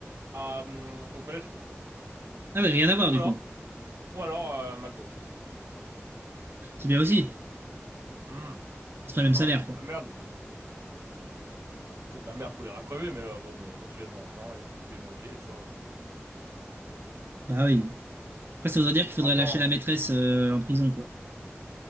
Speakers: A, on the right; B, on the right.
A: à, hmm, au collège.
B: Ah ouais, rien à voir
A: Ou
B: du
A: alors,
B: coup.
A: ou alors euh, McDo.
B: C'est bien aussi.
A: Hmm.
B: C'est pas le
A: Non,
B: même salaire,
A: c'est
B: quoi.
A: de la merde, même. C'est de la merde pour les racrever, mais euh, bon, bah, tant que j'ai mon argent et que je peux payer mon loyer, tu vois. euh.
B: Bah oui. Après, ça voudrait dire qu'il faudrait
A: Franchement,
B: lâcher la maîtresse
A: euh,
B: euh, en prison, quoi.